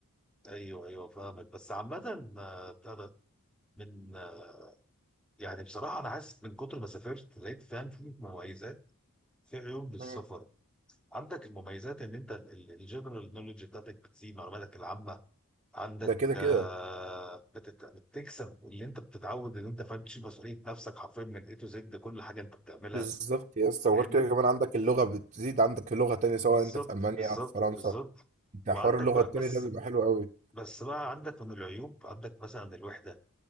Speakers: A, in the centre; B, on the right.
A: ايوه ايوه فاهمك بس عامة آه، بتاع ده من آه، يعني بصراحة انا حاسس من كتر ما سافرت لقيت فاهم في مميزات في عيوب للسفر
B: مم.
A: عندك المميزات ان انت الجنرال نولج بتاعتك بتزيد معلوماتك العامة عندك
B: ده كده كده
A: آه، بتت... بتكسب اللي انت بتتعود ان انت فاهم تشيل مسؤوليه نفسك حرفيا من اي تو زد ده كل حاجه انت بتعملها
B: بالظبط يا اسطى
A: فاهمني
B: وغير كده كمان عندك اللغه بتزيد عندك لغه تانية سواء
A: بالظبط
B: انت في المانيا
A: بالظبط
B: او في فرنسا
A: بالظبط
B: بتاع
A: وعندك
B: حوار اللغه
A: بقى
B: التاني
A: بس
B: ده بيبقى حلو قوي
A: بس بقى عندك من العيوب عندك مثلا الوحده